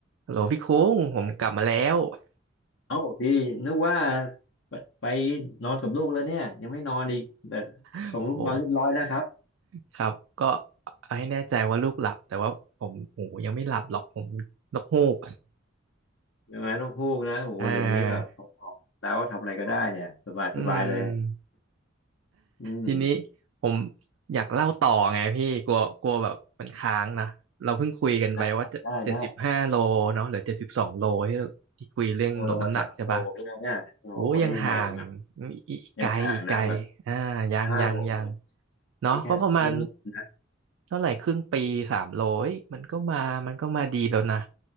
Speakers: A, on the right (about 65°); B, on the left (about 60°).
A: ฮัลโหลพี่คุ้งผมกลับมาแล้ว
B: เอ้าพี่นึกว่าไปไปนอนกับลูกแล้วเนี่ยยังไม่นอนอีกแต่
A: <laughs>
B: ส่งลูกนอนเรียบร้อยแล้วครับ
A: โอ้ครับก็เอาให้แน่ใจว่าลูกหลับแต่ว่าผมโอ้ยังไม่หลับหรอกผมนกฮูก
B: ใช่ไหมลองพูกนะโอ้โหเดี๋ยวนี้แบบพอๆแล้วทำอะไรก็ได้เนี่ยสบายสบายเลย
A: อ่าอืม
B: อืม
A: ทีนี้ผมอยากเล่าต่อไงพี่กลัวกลัวแบบมันค้างนะเราเพิ่งคุยกันไปว่าจะเจ็ดสิบห้าโลเนาะเหลือเจ็ดสิบสองโลที่ที่คุยเรื่องลดน้ำหนักใช่ปะ
B: ได้ได้ได้โอ้ลงมาสามโลพี่นะเนี่ยโอ้โหนี่ใหม่แบบ
A: โอ้ยังห่างอีกไกลอีกไกลอ่ายังยังยัง
B: ยังห่างนะแบบห้าโลเลย
A: เนาะก็ประมาณ
B: นี่แค่เริ่มนะ
A: เท่าไหร่ครึ่งปีสามโลเอ้ยมันก็มามันก็มาดีแล้วนะ